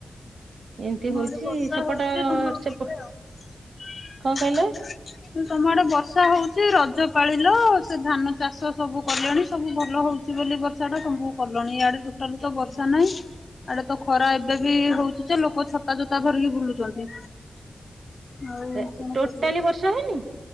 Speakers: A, on the right; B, on the left.
A: ଏମିତି
B: ଆମ
A: ହଉଛି
B: ଆଡେ ବର୍ଷା
A: ସେପଟ
B: ହେଉଛି ଯେ ଧାନ ରୋଇବେ
A: ସେପ
B: ଆଉ।
A: କଣ କହିଲ
B: ତମ ଆଡେ ବର୍ଷା ହଉଚ଼ି ରଜ ପାଳିଲ ସେ ଧାନ ଚାଷ ସବୁ କଲେଣି ସବୁ ଭଲ ହଉଚ଼ି। ବର୍ଷା ଟା ତମକୁ କଲଣି ଆଡେ ଟୋଟାଲ ତ ବର୍ଷା ନାହିଁ। ଆଡେ ତ ଖରା ଏବେ ବି ହଉଛି ଯେ ଲୋକ ଛତା ଜୋତା ଧରିକି ବୁଲୁଛନ୍ତି। ଆଉ
A: ଏ
B: କଣ
A: ଟୋଟାଲି
B: କରିବେ
A: ବର୍ଷା ହେଇନି?